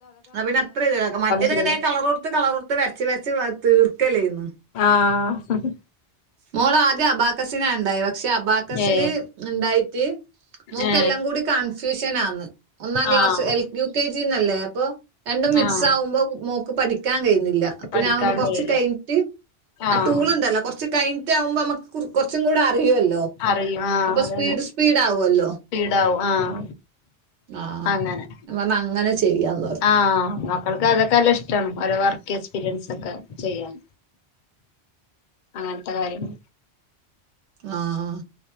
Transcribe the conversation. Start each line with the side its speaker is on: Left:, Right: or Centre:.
Right: അ പിന്നെ അത്ര ഇതിലക, മറ്റേത്ങ്ങനെ
Left: ചെയ്യാനൊക്കെ
Right: കളർ കൊടുത്ത് കളർ കൊടുത്ത് വരച്ച് വരച്ച് തീർക്കല്ലെ ചെയ്യന്ന്
Left: ആഹ
Right: മോള ആദ്യം അബാക്കസിന ഉണ്ടായെ പക്ഷെ അബാക്കസില്
Left: ഏ
Right: ഉണ്ടായിട്ട്, മോക്ക്ല്ലാം
Left: ഏ
Right: കൂടി കൺഫ്യൂഷൻ ആന്ന് ഒന്നാം ക്ലാസ്സ്
Left: ആഹ്
Right: എൽ യു കെ ജിന്നല്ലേ അപ്പൊ രണ്ടും മിക്സ്
Left: ആഹ്
Right: ആകുമ്പോ? മോ പഠിക്കാൻ കഴിയുന്നില്ല അപ്പ
Left: പഠിക്കാൻ
Right: ഞാനൊന്ന് കൊർച്
Left: കഴിയില്ല
Right: കഴിഞ്ഞിട്ട് ആ
Left: ആഹ്
Right: ടൂൾ ഉണ്ടല്ലോ, കൊർ ചകഴിഞ്ഞിട്ടാവുമ്പോ നമുക്ക് കൊറച്ചുകൂടെ അല്ലോ?
Left: അറിയും ആഹ്
Right: അപ്പ
Left: അതന്നെ
Right: സ്പീഡ സ്പീഡ ആകല്ലോ?
Left: സ്പീഡാവും ആഹ്
Right: ആഹ്,
Left: അങ്ങനെ
Right: വന്ന് അങ്ങനെ ചെയ്യാന്ന് പറഞ്ഞ
Left: ആഹ് മക്കൾക്ക് അതൊക്കെല്ലഷ്ടമാണ് ഓരോ വർക്ക് എക്സ്പീരിയൻസ് ഒക്കെ ചെയ്യാൻ അങ്ങനത്തെ കാര്യങ്ങ
Right: ആഹ,